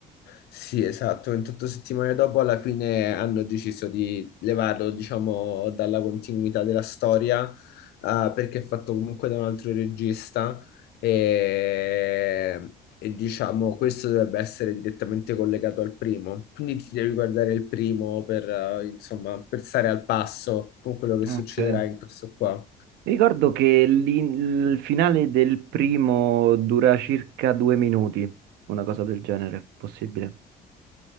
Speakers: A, on the left; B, on the right.
A: Sì, esatto, 28 settimane dopo alla fine hanno deciso di levarlo, diciamo, dalla continuità della storia, ah, perché è fatto comunque da un altro regista e, e, diciamo questo dovrebbe essere direttamente collegato al primo, quindi ti devi guardare il primo per, eh, insomma, per stare al passo con quello che
B: Ok.
A: succederà in questo qua.
B: Mi ricordo che l'in- il finale del primo dura circa due minuti, una cosa del genere, possibile.